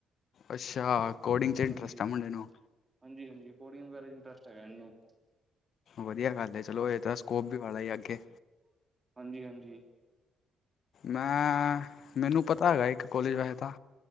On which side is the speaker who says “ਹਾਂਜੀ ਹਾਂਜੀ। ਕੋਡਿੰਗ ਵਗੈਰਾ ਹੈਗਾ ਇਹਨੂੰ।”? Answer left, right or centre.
Right